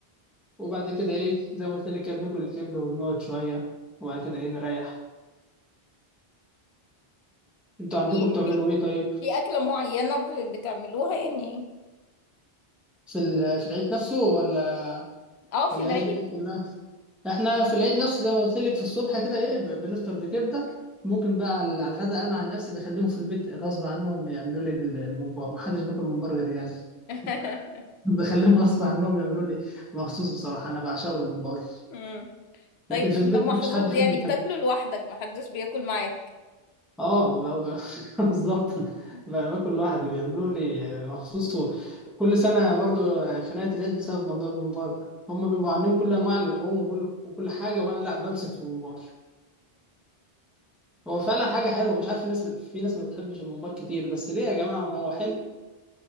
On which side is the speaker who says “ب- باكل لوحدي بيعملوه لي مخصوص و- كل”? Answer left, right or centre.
Centre